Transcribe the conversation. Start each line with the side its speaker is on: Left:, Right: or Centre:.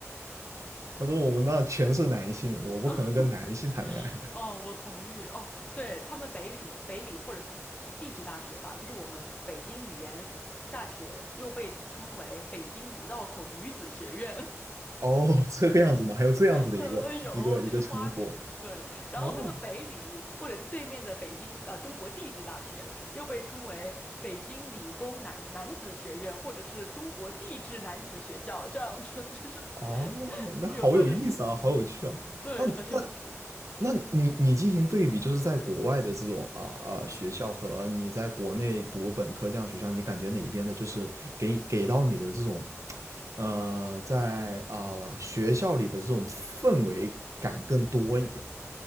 Right: 他说我们那全是男性，我不可能跟男性谈恋爱。
Left: <laughs>
Right: <laughs>
Left: 哦，我同意。哦，对，他们北理、北理或者是地质大学吧，就是我们北京语言大学，又被称为北京五道口女子学院。
Right: 哦，这个样子吗？还有这样子的一个一个一个称呼。
Left: <laughs> 呃，有，这是花名，对。然后他们北理或者是对面的北京呃中国地质大学，
Right: 哦
Left: 又被称为北京理工男男子学院，或者是中国地质男子学校，这样子就是
Right: 哦，
Left: <laughs>
Right: 那好有意思啊，
Left: 就是有各种，
Right: 好有趣啊！
Left: 对，
Right: 啊，
Left: 很有趣，
Right: 那那你你进行对比，就是在国外的这种啊啊学校和你在国内读本科这样的学校，
Left: 嗯。
Right: 你感觉哪一边的，就是给给到你的这种呃，在啊、学校里的这种氛围感更多一点？